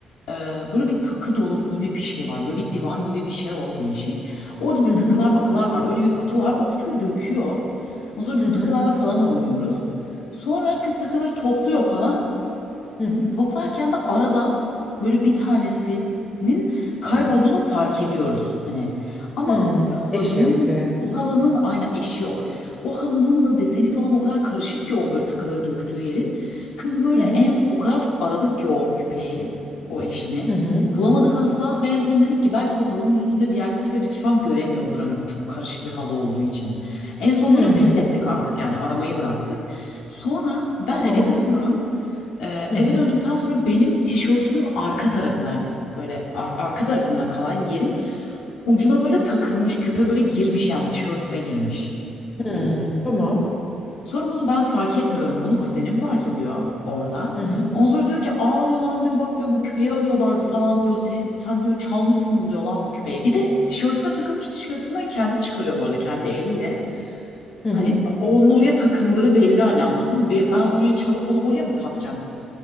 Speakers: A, on the left; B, on the left.
A: e, böyle bir takı dolabı gibi bir şey var. Böyle bir divan gibi bir şey o değişik. Orada böyle
B: Hı hı.
A: takılar makalar var. Öyle bir kutu var. O kutuyu döküyor. Ondan sonra biz
B: Hı
A: o
B: hı.
A: takılarla falan oynuyoruz. Sonra kız takıları topluyor falan.
B: Hı hı.
A: Toplarken de aradan böyle bir tanesinin kaybolduğunu
B: Hı hı.
A: fark ediyoruz hani. Ama
B: Hı.
A: böyle halının
B: Eşi yok diye.
A: o
B: Hı hı.
A: halının aynen eşi yok. O halının da deseni falan o kadar karışık ki o böyle takıları döktüğü yerin. Kız böyle
B: Hı hı.
A: en o kadar çok aradık ki o küpeyi, o eşini.
B: Hı hı.
A: Bulamadık
B: Hı hı.
A: asla ve en son dedik ki belki bu halının üstünde bir yerdedir ve biz şu an göremiyoruzdur hani bu çok karışık bir halı olduğu için. En son
B: Hı.
A: böyle pes ettik artık yani aramayı bıraktık. Sonra ben
B: Tamam.
A: eve dönüyorum. Ee,
B: Hı
A: eve
B: hı.
A: döndükten sonra benim tişörtümün arka tarafından böyle ar- arka tarafımda kalan yerin ucuna böyle takılmış küpe böyle girmiş yani tişörtüme girmiş
B: Hı.
A: bildiğin.
B: Tamam.
A: Sonra bunu ben fark etmiyorum. Bunu kuzenim fark ediyor orada.
B: Hı hı.
A: Ondan sonra diyor ki aa diyor lan diyor bak diyor bu küpeyi arıyorlardı falan diyor. Senin, sen diyor çalmışsın diyor lan bu küpeyi. Bir de tişörtüme takılmış tişörtümden kendi çıkarıyor bu arada kendi eliyle.
B: Hı hı.
A: Hani onun oraya takıldığı belli hani anladın mı? Ben oraya çalıp onu oraya mı takacağım?